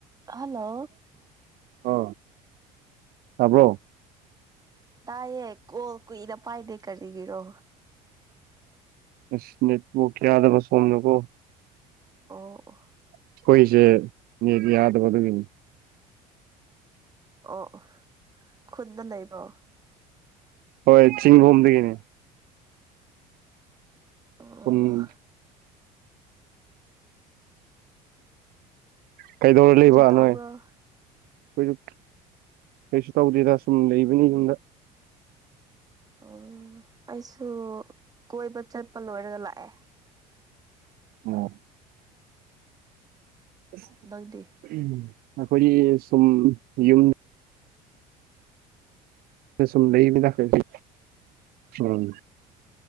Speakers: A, on the right; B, on the right.
A: ꯍꯜꯂꯣ
B: ꯑ ꯇꯥꯕ꯭ꯔꯣ
A: ꯇꯥꯏꯌꯦ ꯀꯣꯜ ꯀꯨꯏꯅ ꯄꯥꯏꯗꯦ ꯀꯔꯤꯒꯤꯔꯣ
B: ꯑꯁꯅꯦ ꯇꯕꯨ ꯀꯌꯥꯗꯕ ꯁꯣꯝꯅꯕꯣ
A: ꯑꯣ
B: ꯑꯩꯈꯣꯏꯁꯦ ꯅꯦꯠ ꯌꯥꯗꯕ ꯑꯗꯨꯒꯤꯅꯤ
A: ꯑꯣ ꯑꯣ ꯈꯨꯟꯗ ꯂꯩꯕ꯭ꯔꯣ
B: ꯍꯣꯏ ꯆꯤꯡꯕꯣꯝꯗꯒꯤꯅꯤ
A: ꯑꯣ
B: ꯎꯝ ꯀꯩꯗꯧꯔ ꯂꯩꯕ
A: ꯀꯔꯤ ꯇꯧꯕ꯭ꯔꯣ
B: ꯅꯣꯏ ꯑꯩꯈꯣꯏꯁꯨ ꯀꯩꯁꯨ ꯇꯧꯗꯦꯗ ꯁꯨꯝ ꯂꯩꯕꯅꯤ ꯌꯨꯝꯗ
A: ꯑꯣ ꯑꯩꯁꯨ ꯀꯣꯏꯕ ꯆꯠꯄ ꯂꯣꯏꯔꯒ ꯂꯥꯛꯑꯦ
B: ꯎꯝ <unintelligible>
A: ꯅꯪꯗꯦ
B: ꯎ ꯑꯩꯈꯣꯏꯒꯤ ꯁꯨꯝ ꯌꯨꯝ ꯁꯨꯝ ꯂꯩꯕꯤ ꯗꯣꯏꯁꯤ ꯎꯝ